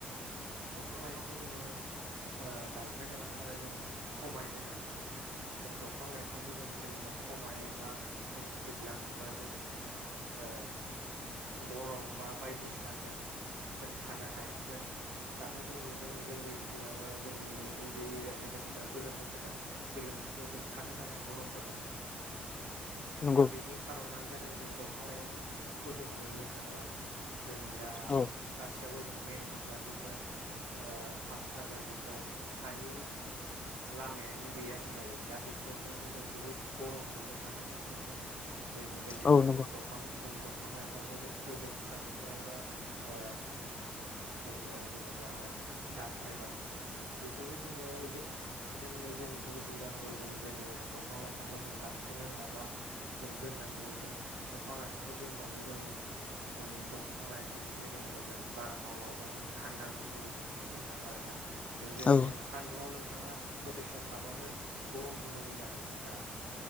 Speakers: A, on the right; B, on the left.
A: दंफां लाइफांखौ जोङो। ओ दानफायनाङा आरो जों खमायहोनाङा जों दंफां लाइफांखौ जोङो। जेनेबा खमायोबा जों जोबलाङोबा जों ओ। गरम बा बायदिसिनाजों। जों थानो हाया जों दाथ' जों नुदों जोंनि। गाबा जोंनि इदिजाखाय जों दा गोलोम बोथोर ना गोलोम बोथोराव जों थानोनो हाया गरम। बुरजों
B: नंगौ
A: दा बेनि खारनानो जाद। दों जों दंफा लाइफांखौ जों मोननो थांला जों दा
B: औ
A: गासैआबो। जों मेइन रड जाजोब्बाय फाखा जाजोब्बाय हानि। लामायानो गैया होन। जायो दा बेफोरजोंनो जों बुहुद गरम मोननो थांदोंना नोंथां। जों जेनेबा
B: औ नंगौ
A: जों दंफां। जों दंफां लाइफांखौ जों फोजोबस्रांबाय बा ओ। जोङो जेनेबा दानफायबाय। बेफोरखौ जोङो जो जोंनो जों बुजिनांगौ जों जेनेबा जों दंफां लाइफांखौ जों दान फायनाङा बा जों दोननांगौ जों दंफां लाइफांखौ दोनबासो जों जों दंफां लाइफांनिफ्राय जेनेबा जों बारहावा बा जों थान्दा बुस्थुखौ जों मोननो थाङो आरोना जों जेरै
B: औ
A: जों सान्दुुङाव। नोंथाङा दसे सम थाबानो गरम मोनो दा नोंथां दा